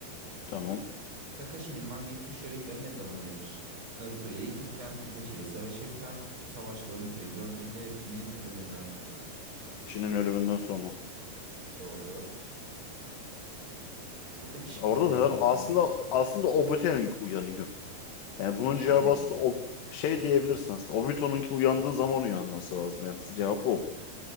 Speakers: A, on the left; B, on the right.
A: Tamam.
B: Kakashi'nin Mangekyou Sharingan'ı ne zaman uyanır? Naruto'yu eğitirken, Itachi ile savaşırken, savaşta Obito'yu gördüğünde Jin'in ölümünden sonra.
A: Çin'in ölümünden sonra.
B: Doğru. Buradaki şıkları
A: Orada
B: değiştirmem
A: da zaten aslında
B: lazım.
A: aslında Obotenink uyanıyor. Yani bunun
B: Yani,
A: cevabı aslında o şey diyebilirsin aslında. Obito'nunki uyandığı zaman uyanması lazım yani. Cevap o.